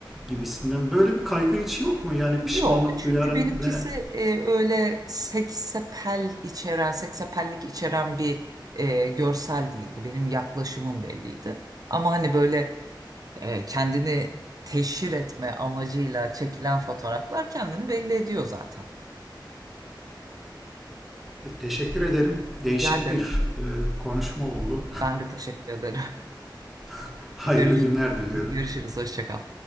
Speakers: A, in the centre; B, on the right.
A: gibisinden. Böyle bir kaygı hiç yok mu? Yani
B: Yok
A: pişmanlık
B: çünkü
A: duyarım
B: benimkisi
A: ve
B: e, öyle seksapel içeren, seksapellik içeren bir e, görsel değildi. Benim yaklaşımım belliydi. Ama hani böyle e, kendini teşhir etme amacıyla çekilen fotoğraflar kendini belli ediyor zaten.
A: e, teşekkür ederim. Değişik
B: Rica ederim.
A: bir e, konuşma oldu.
B: Ben de teşekkür ederim.
A: <laughs>
B: <laughs>
A: Hayırlı
B: Görüş
A: günler diliyorum.
B: görüşürüz. Hoşça kal.